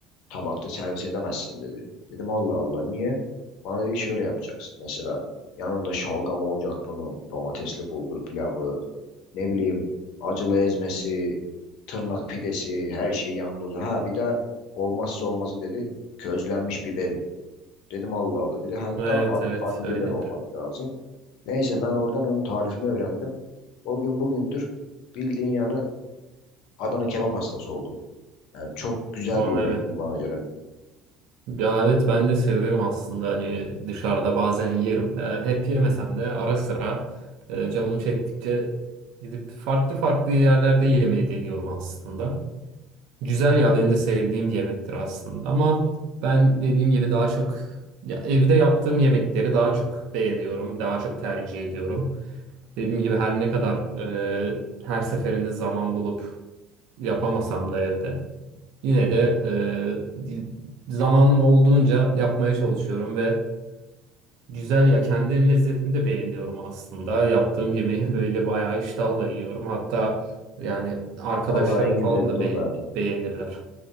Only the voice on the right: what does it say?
evet
evet
öyledir.
Vay
be.
Ya evet ben de severim aslında hani dışarıda bazen yerim. Ee, hep yemesem de ara sıra e, canım çektikçe gidip farklı farklı yerlerde yemeyi deniyorum aslında. Güzel ya benim de sevdiğim bir yemektir aslında ama ben dediğim gibi daha çok ya evde yaptığım yemekleri daha çok beğeniyorum, daha çok tercih ediyorum. Dediğim gibi her ne kadar e, her seferinde zaman bulup yapamasam da evde yine de e, di- zamanım olduğunca yapmaya çalışıyorum ve güzel ya kendi el lezzetimi de beğeniyorum aslında. Yaptığım yemeği <laughs> böyle bayağı iştahla yiyorum. Hatta yani arkadaşlarım
falan
da
be-
beğenirler.